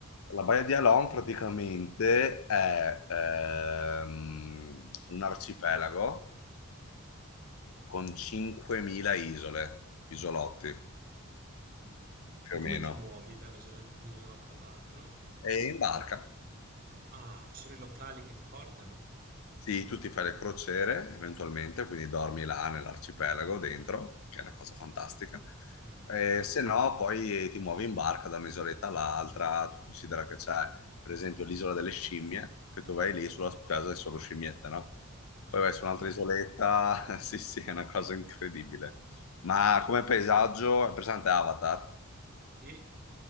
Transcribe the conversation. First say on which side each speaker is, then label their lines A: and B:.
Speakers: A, on the left (about 80°); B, on the right (about 45°).
A: La baia di Halong praticamente è ehm, un arcipelago
B: Mm.
A: con 5.000 isole, isolotti
B: Mh.
A: più
B: E come
A: o meno,
B: ti Mh. muovi da un isole da un isolotto all'altro?
A: e in barca.
B: Ah, ci sono i locali che ti portano?
A: Sì, tu ti fai le crociere eventualmente, quindi dormi là nell'arcipelago dentro, che è una cosa fantastica.
B: Mh,
A: Eh, se no, poi ti muovi in barca da un'isoletta all'altra. Tu considera che c'è, per esempio, l'isola delle scimmie, che tu vai lì sulla spiaggia e solo scimmiette, no?
B: ma
A: Poi
B: che
A: vai
B: figata.
A: su un'altra isoletta. <laughs> Sì, sì, è una cosa incredibile. Ma come paesaggio è presente Avatar?
B: Sì,